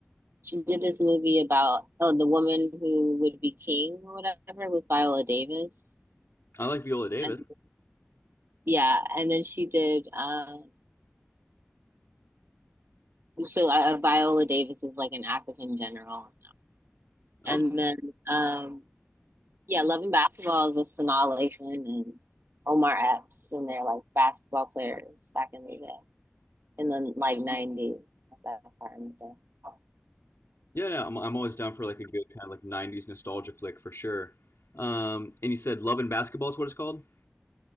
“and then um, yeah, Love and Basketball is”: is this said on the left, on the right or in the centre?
Right